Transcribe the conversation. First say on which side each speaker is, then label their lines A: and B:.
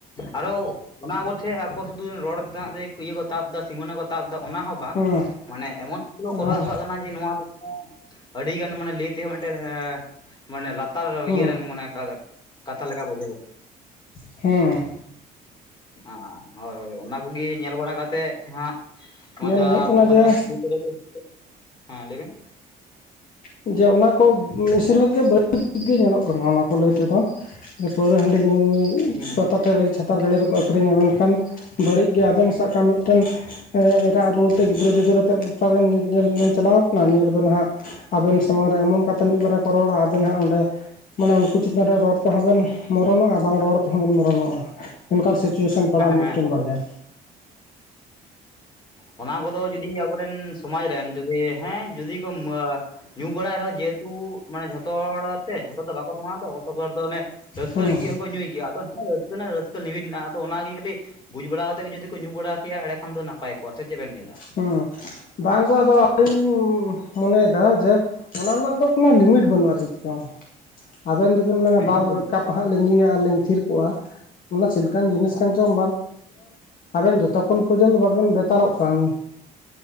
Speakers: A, on the left; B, on the left.
A: ᱟᱨᱦᱚ ᱚᱱᱟ ᱟᱵᱳ ᱴᱷᱮᱱ ᱟᱠᱚ ᱥᱩᱫᱩ ᱨᱚᱲᱫᱟ ᱤᱭᱟᱹ ᱠᱚ ᱛᱟᱵ ᱮᱫᱟ ᱥᱤᱢᱟᱹᱱᱟ ᱠᱚ ᱛᱟᱵ ᱮᱫᱟ ᱚᱱᱟ ᱦᱚᱸ ᱵᱟᱝ
B: ᱦᱮᱸ
A: ᱢᱟᱱᱮ ᱮᱢᱚᱱᱠᱤᱪᱷᱩ ᱠᱚ ᱠᱚᱨᱟᱣ
B: ᱟᱨ
A: ᱠᱟᱜ ᱠᱟᱱᱟ ᱡᱮ ᱱᱚᱣᱟ ᱫᱚ ᱟᱹᱰᱤ ᱜᱟᱱ ᱢᱟᱱᱮ ᱞᱟᱹᱭ ᱛᱮ ᱢᱤᱫᱴᱮᱱ ᱟ ᱢᱟᱱᱮ ᱞᱟᱛᱟᱨ
B: ᱦᱮᱸ
A: ᱤᱭᱟᱹᱟᱹ ᱨᱮᱱ ᱢᱟᱱᱮ ᱠᱟᱛᱷᱟ ᱞᱮᱠᱟ ᱵᱩᱡᱩᱜᱚᱜ ᱠᱟᱱᱟ
B: ᱦᱮᱸ
A: ᱦᱮᱸ, ᱦᱳᱭ ᱦᱳᱭ ᱚᱱᱟ ᱠᱚᱜᱮ ᱧᱮᱞ ᱵᱟᱲᱟ ᱠᱟᱛᱮ ᱦᱟᱸᱜ ᱱᱚᱣᱟ
B: ᱧᱮᱞ
A: ᱫᱚ
B: ᱦᱩᱭᱩᱜ
A: ᱟᱵᱚ
B: ᱠᱟᱱᱟ ᱡᱮ
A: ᱡᱟᱦᱟᱸ <unintelligible> ᱦᱮᱸ ᱞᱟᱹᱭᱵᱮᱱ
B: ᱡᱮ ᱚᱱᱟᱠᱚ ᱤᱥᱤᱱ ᱜᱮ ᱵᱟᱹᱲ ᱫᱤᱠ ᱜᱮ ᱧᱮᱞᱚᱜ ᱠᱟᱱᱟ ᱚᱱᱟ ᱠᱚ ᱞᱟᱹᱭ ᱛᱮᱫᱚ ᱡᱮ, ᱯᱟᱹᱣᱨᱟᱹ ᱦᱟᱺᱰᱤ ᱧᱩ
A: ᱦᱮᱸ
B: ᱯᱟᱛᱟ ᱴᱟᱺᱰᱤ ᱪᱷᱟᱛ ᱞᱟᱛᱟᱨ ᱰᱟᱲᱮ ᱨᱮᱠᱚ ᱟᱹᱷᱨᱤᱧᱟ ᱢᱮᱱᱠᱷᱟᱱ ᱵᱟᱹᱲᱤᱡ ᱜᱮ ᱟᱵᱮᱱ ᱥᱟᱵ ᱠᱟᱢ ᱢᱤᱫᱴᱮᱱ ᱮᱸ, ᱮᱴᱟᱜ ᱨᱩᱣᱟᱹ ᱛᱮ ᱜᱤᱫᱽᱨᱟᱹᱼ ᱯᱤᱫᱽᱨᱟᱹ ᱟᱛᱮᱫ ᱜᱟᱚᱴᱟ ᱵᱮᱱ ᱧᱮᱞ ᱧᱮᱞ ᱪᱟᱞᱟᱣ ᱠᱟᱱᱟ ᱧᱮᱞ ᱵᱮᱱ ᱦᱟᱸᱜ ᱟᱵᱮᱱ ᱥᱟᱢᱟᱝ ᱨᱮ ᱮᱢᱚᱱ ᱠᱟᱛᱷᱟ ᱢᱤᱫ ᱵᱟᱨᱮ ᱠᱚ ᱨᱚᱲᱟ ᱟᱵᱮᱱ ᱦᱟᱸᱜ ᱚᱸᱰᱮ ᱢᱟᱱᱮ ᱩᱱᱠᱩ ᱪᱮᱛᱟᱱ ᱨᱮ ᱨᱚᱲ ᱛᱮᱦᱚᱸ ᱵᱮᱱ ᱢᱚᱨᱚᱱᱚᱜᱼᱟ ᱵᱟᱝ ᱨᱚᱲ ᱛᱮᱦᱚᱸ ᱵᱮᱱ ᱢᱚᱨᱚᱱᱚᱜᱼᱟ ᱚᱱᱠᱟᱱ ᱥᱤᱪᱩᱭᱮᱥᱚᱱ ᱯᱟᱲᱟᱜ-ᱟ ᱢᱤᱫᱴᱮᱱ
A: ᱦᱮᱸ ᱦᱮᱸ
B: ᱵᱟᱨᱭᱟ
A: ᱚᱱᱟ ᱠᱚᱫᱚ ᱡᱩᱫᱤ ᱟᱵᱚᱨᱮᱱ ᱥᱚᱢᱟᱡᱽ ᱨᱮᱱ ᱡᱩᱫᱤ ᱦᱮᱸ ᱡᱩᱫᱤ ᱮᱸᱻ ᱧᱩ ᱵᱟᱲᱟᱭ ᱨᱮᱦᱚᱸ ᱡᱮᱦᱮᱛᱩ ᱢᱟᱱᱮ ᱡᱷᱚᱛᱚ ᱦᱚᱲᱛᱮ ᱡᱷᱚᱛᱚ ᱫᱚ ᱵᱟᱠᱚ ᱥᱚᱢᱟᱱ-ᱟ ᱛᱚ ᱠᱚᱛᱚᱠ ᱦᱚᱲ ᱫᱚ ᱚᱱᱮ ᱨᱟᱹᱥᱠᱟᱹ
B: ᱦᱮᱸ
A: ᱞᱟᱹᱜᱤᱫ ᱦᱚᱸᱠᱚ ᱧᱩᱭ ᱜᱮᱭᱟ ᱟᱫᱚ ᱚᱱᱟ ᱨᱟᱹᱥ ᱨᱮᱱᱟᱜ ᱨᱟᱹᱥᱠᱟᱹ ᱞᱤᱢᱤᱴ ᱢᱮᱱᱟᱜᱼᱟ ᱟᱫᱚ ᱚᱱᱟᱜᱮ ᱠᱟᱹᱴᱤᱡ ᱵᱩᱡᱽ ᱵᱟᱲᱟ ᱠᱟᱛᱮ ᱜᱮ ᱡᱩᱚᱫᱤ ᱠᱚ ᱧᱩ ᱵᱟᱲᱟ ᱠᱮᱭᱟ ᱮᱲᱮ ᱠᱷᱟᱱ ᱫᱚ ᱱᱟᱯᱟᱭ ᱠᱚᱜ-ᱟ ᱥᱮ ᱪᱮᱫ ᱵᱮᱱ ᱞᱟᱹᱭᱫᱟ
B: ᱦᱩᱸ ᱵᱟᱝ ᱜᱚ ᱟᱫᱚ ᱟᱹᱞᱤᱧ ᱞᱤᱧ ᱢᱚᱱᱮᱭᱮᱫᱟ ᱡᱮ ᱚᱱᱟ ᱨᱮᱱᱟᱜ ᱫᱚ ᱠᱳᱱᱳ ᱞᱤᱢᱤᱴ ᱵᱟᱹᱱᱩᱜᱼᱟ ᱪᱮᱫ ᱪᱚᱝ ᱟᱵᱮᱱ ᱡᱮᱵᱮᱱ ᱢᱮᱱᱟ
A: ᱦᱮᱸ
B: ᱵᱟᱨ
A: ᱧᱩ
B: ᱠᱟᱯ ᱱᱟᱦᱟᱜ ᱞᱤᱧ ᱧᱩᱭᱟ ᱟᱨᱞᱤᱧ ᱛᱷᱤᱨ ᱠᱚᱜᱼᱟ ᱚᱱᱟ ᱪᱮᱫ ᱞᱮᱠᱟᱱ ᱡᱤᱱᱤᱥ ᱠᱟᱱ ᱪᱚᱝ <unintelligible> ᱟᱵᱮᱱ ᱡᱚᱛᱚᱠᱷᱚᱱ ᱯᱚᱨᱡᱚᱱᱛᱚ ᱵᱟᱵᱮᱱ ᱵᱮᱛᱟᱲᱚᱜ ᱠᱟᱱ